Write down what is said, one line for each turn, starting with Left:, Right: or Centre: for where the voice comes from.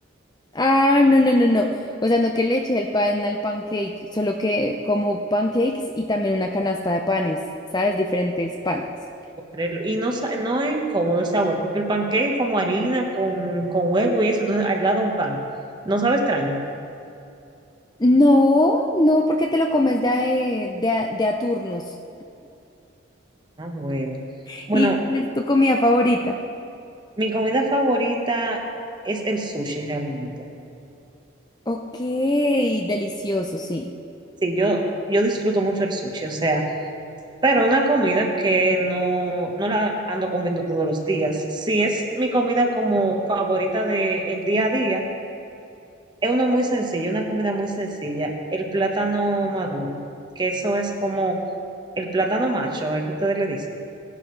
Left: Ah, no, no, no, no. O sea, no que le eche el pan al pancake, solo que como pancakes y también una canasta de panes, ¿sabes? Diferentes panes.
Right: puedo creerlo. Y no, sa- no es incómodo el sabor, porque el pancake es como harina con, con huevo y eso, entonces al lado un pan. No sabe extraño.
Left: No, no, porque te lo comes de, a- de, a- de a turnos.
Right: Ah, bueno.
Left: <laughs>
Right: Bueno,
Left: ¿Y cuál es tu comida favorita?
Right: mi comida favorita es el sushi realmente.
Left: Ok, delicioso, sí.
Right: Sí, yo, yo disfruto mucho el sushi, o sea, pero una comida que no, no la ando comiendo todos los días. Si es mi comida como favorita del día a día, Es uno muy sencillo, una comida muy sencilla. El plátano maduro, que eso es como el plátano macho, es que ustedes le dicen.